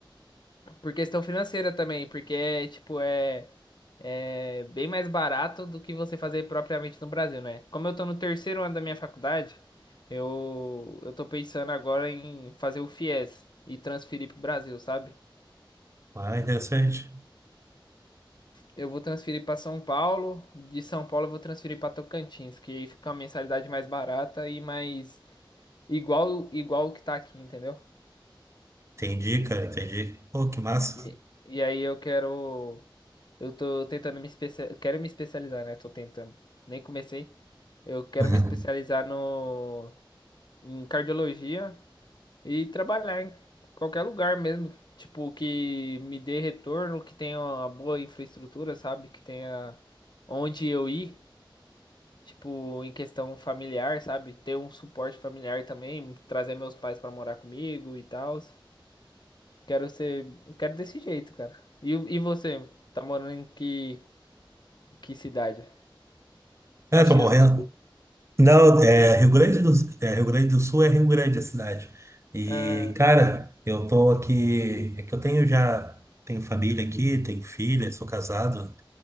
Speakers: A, on the left; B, on the right.
A: Por questão financeira também, porque é, tipo, é, é bem mais barato do que você fazer propriamente no Brasil, né? Como eu tô no terceiro ano da minha faculdade, eu, eu tô pensando agora em fazer o FIES e transferir pro Brasil, sabe?
B: Ah, interessante.
A: Eu vou transferir pra São Paulo, de São Paulo eu vou transferir pra Tocantins, que aí fica uma mensalidade mais barata e mais igual igual o que tá aqui, entendeu?
B: Entendi, cara, entendi. Pô, que massa.
A: E, e aí eu quero. Eu tô tentando me especializar. Quero me especializar, né? Tô tentando. Nem comecei. Eu quero
B: <laughs>
A: me especializar no... em cardiologia e trabalhar em qualquer lugar mesmo. Tipo, que me dê retorno, que tenha uma boa infraestrutura, sabe? Que tenha onde eu ir. Tipo, em questão familiar, sabe? Ter um suporte familiar também. Trazer meus pais pra morar comigo e tal. Quero ser. eu Quero desse jeito, cara. E, e você? Tá morando em que, que cidade?
B: É,
A: Caxias
B: tô morrendo.
A: do Sul?
B: Não, é Rio Grande do, é, Rio Grande do Sul é Rio Grande a cidade. E,
A: Ah,
B: cara, eu tô aqui. É que eu tenho já. Tenho família aqui, tenho filha, sou casado,